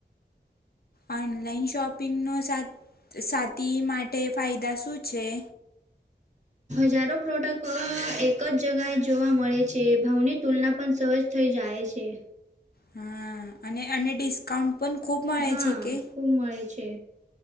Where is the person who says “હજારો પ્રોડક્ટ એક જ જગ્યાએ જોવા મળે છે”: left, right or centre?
Right